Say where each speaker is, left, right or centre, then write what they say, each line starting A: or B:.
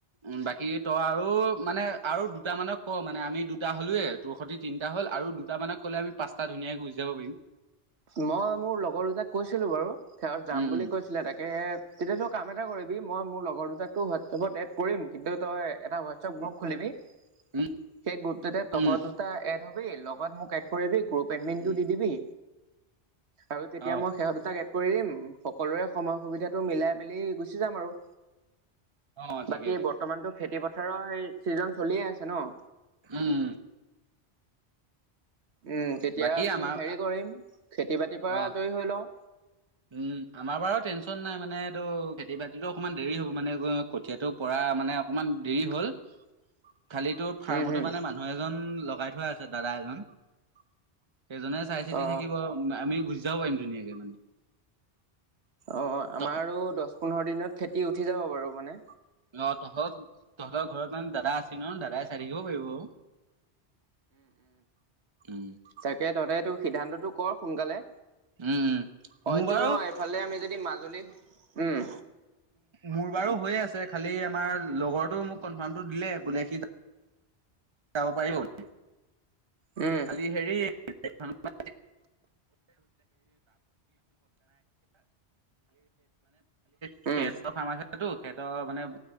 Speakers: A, on the right; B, on the right.
A: উম, বাকী তই আৰু মানে আৰু দুটা মানক ক, মানে আমি দুটা হ'লয়েই, তোৰ সতি তিনিটা হ'ল আৰু তাৰমানে মানে ক'লে আমি পাঁচটা ধুনীয়াকৈ যাব পাৰিম।
B: মই মোৰ লগৰ দুটাক কৈছিলো বাৰু, সিহঁত যাম
A: উম
B: বুলি
A: উম
B: কৈছিলে। তাকে তেতিয়া তই কাম এটা কৰিবি, মই মোৰ লগৰ দুটাকো হোৱাটছএপত এড কৰিম, কিন্তু তই এটা গ্ৰুপ খুলিবি, সেই
A: উম
B: গ্ৰুপটোতে
A: উম
B: তহঁত
A: উম
B: দুটা এড হবি, লগত মোক এড কৰিবি, গ্ৰুপ এডমিনটো
A: উম
B: দি দিবি আৰু তেতিয়া
A: অ
B: মই সেহঁত দুটাক এড কৰি দিম, সকলোৰে সময় সুবিধাটো
A: উম
B: মিলাই মেলি গুছি গুছি যাম আৰু,
A: অ ঠিকে
B: বাকি
A: ঠিকে
B: বৰ্তমানতো খেতি পথাৰৰ সেই চিজন চলিয়েই আছে ন?
A: উম।
B: উম তেতিয়া
A: বাকী
B: আমি
A: আমাৰ
B: হেৰি কৰিম, খেতি বাতিৰ পৰা
A: অ
B: আজৰি হৈ লওঁ।
A: উম আমাৰ বাৰু টেনচন নাই, মানে এইটো খেতি বাতিতো অকণমান দেৰি হ'ব। মানে কঠীয়াটো পৰা মানে অকমান দেৰি হ'ল, খালিটো ফাৰ্মতো
B: উম হম
A: মানে মানুহ এজন লগাই থোৱা আছে দাদা এজন। সেইজনে চাই চিতি
B: অ
A: থাকিব, আমি গুছি যাব পাৰিম ধুনীয়াকে মানে।
B: অ' আমা
A: ত
B: আৰু দহ পোন্ধৰ দিনত খেতি উঠি যাব বাৰু মানে।
A: অ' তহঁত তহঁতৰ ঘৰত মানে দাদা আছে ন, দাদাই চাই থাকিব পাৰিব। উম।
B: তেতিয়া তহ'তে সেইটো সিদ্ধান্তটো কৰ সোনকালে।
A: উম। উম। মোৰ
B: অইনটো
A: বাৰু
B: নহয়, এইফালে আমি যদি মাজুলী, উম।
A: মোৰ বাৰু হৈয়ে আছে, খালি আমাৰ লগৰটো মোক কনফাৰ্মটো দিলে। বোলে সি যাব পাৰিব
B: উম।
A: খালী হেৰি। <unintelligible> <inaudible> <unintelligible> সিহঁতৰ
B: উম
A: মানে